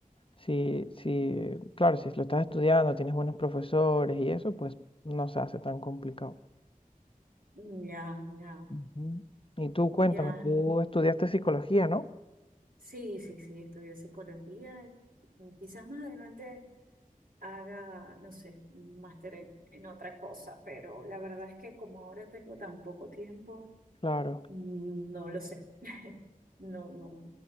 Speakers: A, on the left; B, on the right.
A: si, si, claro, si lo estás estudiando, tienes buenos profesores y eso, pues no se hace tan complicado.
B: Mm, Ya, ya,
A: Ujú. Y tú
B: ya.
A: cuéntame, tú
B: Ujú.
A: estudiaste psicología, ¿no?
B: Sí, sí, sí, estudié psicología. Quizás más adelante. haga, no sé, un máster en, en otra cosa, pero la verdad es que como ahora tengo tan poco tiempo,
A: Claro,
B: mm, no lo sé. <laughs> No, no,